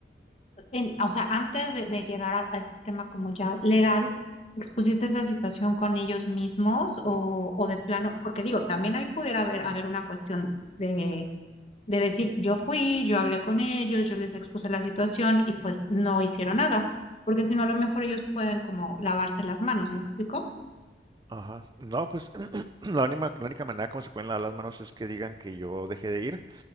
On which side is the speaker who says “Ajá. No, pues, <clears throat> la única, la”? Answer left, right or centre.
Right